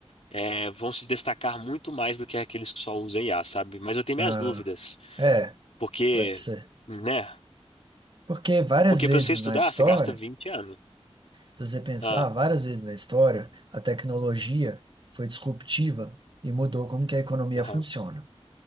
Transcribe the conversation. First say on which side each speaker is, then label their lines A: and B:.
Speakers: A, on the left (about 80°); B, on the right (about 50°).
A: é, vão se destacar muito mais do que aqueles que só usam IA, sabe? Mas eu tenho minhas
B: Ah,
A: dúvidas,
B: é,
A: porque,
B: pode ser.
A: né?
B: Porque várias
A: Porque
B: vezes
A: para você estudar,
B: na história,
A: você gasta 20 anos.
B: se você pensar,
A: Ah,
B: várias vezes na história, a tecnologia foi disruptiva e mudou como que a economia
A: aham.
B: funciona.